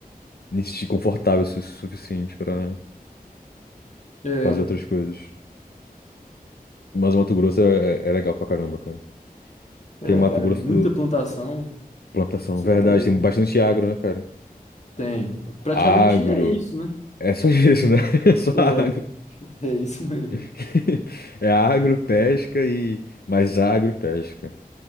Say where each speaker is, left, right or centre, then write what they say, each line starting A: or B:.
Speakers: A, on the left; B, on the left.
A: me sentir confortável o su- suficiente para
B: É,
A: fazer outras coisas. Mas o Mato Grosso é, é é legal pra caramba, cara.
B: é,
A: Tem Mato
B: cara,
A: Grosso
B: muita plantação.
A: plantação,
B: Você
A: verdade,
B: tá doido.
A: tem bastante agro, né, cara?
B: Tem. Praticamente
A: Agro,
B: é isso, né?
A: é só isso, né? <laughs> É só
B: É,
A: agro.
B: é isso mesmo.
A: <laughs> É agro, pesca e mais agro e pesca.